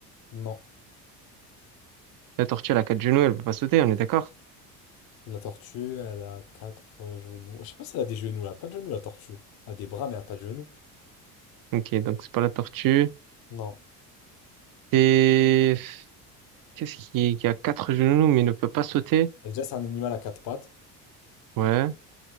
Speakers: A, on the left (about 50°); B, on the right (about 45°).
A: Non.
B: La tortue, elle a quatre genoux, elle peut pas sauter, on est d'accord?
A: La tortue, elle a quatre genoux. Je sais pas si elle a des genoux, elle a pas de genoux, la tortue. Elle a des bras, mais elle a pas de genoux.
B: Ok, donc c'est pas la tortue.
A: Non.
B: Et qu'est-ce qui, qui a quatre genoux mais ne peut pas sauter?
A: Déjà, c'est un animal à quatre pattes.
B: Ouais.